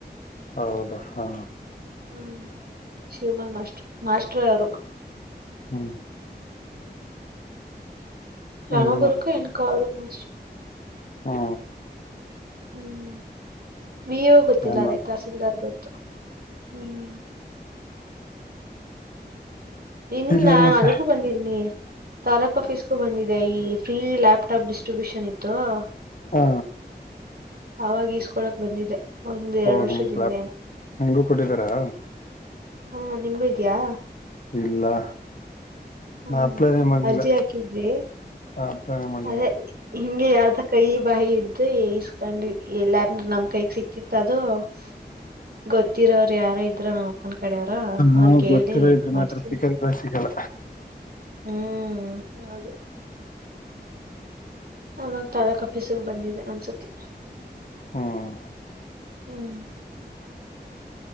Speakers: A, on the left; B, on the right.
A: ಹೌದಾ ಹಾ
B: ಹ್ಮ್ ಶಿವಮಾಲ್ ಮಾಸ್ಟರ್ ಮಾಸ್ಟರ್ ಅವರು.
A: ಹ್ಮ್
B: ಗ್ರಾಮಪುರಕ್ಕೆ
A: ಏನ್
B: <unintelligible>
A: ಹ್ಮ
B: ಹ್ಮ್ ವಿ ಯೋ ಗೊತ್ತಿಲ್ಲ
A: ಏನ್
B: ಅದೇ ತಹಸೀಲ್ದಾರ್ ಗೊತ್ತು <unintelligible> ಹ್ಮ್ ಇನ್ನಾ
A: ಇಲ್ಲಿ ಮತ್ತೆ
B: ಅಲ್ಗೂ ಬಂದಿದ್ನಿ ತಾಲೂಕ್ ಆಫೀಸ್ಗೂ ಬಂದಿದ್ನಿ ಅಯ್ಯ ಫ್ರೀ ಲ್ಯಾಪ್ಟಾಪ್ ಡಿಸ್ಟ್ರಿಬ್ಯೂಷನ್ ಇತ್ತು ಅದೇ.
A: ಹು
B: ಅವಾಗ ಈಸ್ಕೊಳಕ್ ಬಂದಿದೆ. ಒಂದ ಎರಡು
A: ಓ
B: ವರ್ಷದಿಂದೇಏನು
A: ನಿಮ್ ಕ್ಲಾಪ್
B: <unintelligible>
A: ನಿಂಗೂ ಕೊಟ್ಟಿದಾರಾ
B: ಹು ನಿಮ್ಗೂ ಇದಿಯಾ?
A: ಇಲ್ಲಾ
B: ಹ್ಮ್
A: ನಾ ಅಪ್ಲೈ ಮಾಡಿಲ್ಲ
B: ಅರ್ಜಿ ಹಾಕಿದ್ವಿ
A: <inaudible> ಅಪ್ಲೈ ಮಾಡ
B: ಅದೇ ಹಿಂಗೆ ಯಾರದ್ ಕೈ ಬಾಯಿ ಹಿಡ್ದು ಇಸ್ಕೊಂಡ್ವಿ ಇಲ್ಲಾ ಅಂದ್ರ್ ನಮ್ ಕೈಗೆ ಸಿಕ್ತಿತ್ತ ಅದು. <inaudible> ಗೊತ್ತಿರೋರ ಯಾರೋ ಇದ್ರ ನಾ ನಮ್ಮ ಕಡೆವರ ಅವ್ರಗ
A: ನಾವ್
B: ಹೇಳಿ
A: ಗೊತ್ತಿರೋ ಇದ್ರ
B: ಮಾಡ್ಸಿ
A: ಮಾತ್ರ ಸಿಕ್ಕದ್ರೆ ಸಿಗಲ್ಲ.
B: ಹ್ಮ್ ಹೌದು. ಅವಾಗ ತಾಲೂಕ ಆಫೀಸಿಗೆ ಬಂದಿದೆ ಒಂದ್ಸತಿ.
A: ಹ್ಮ್
B: ಹ್ಮ್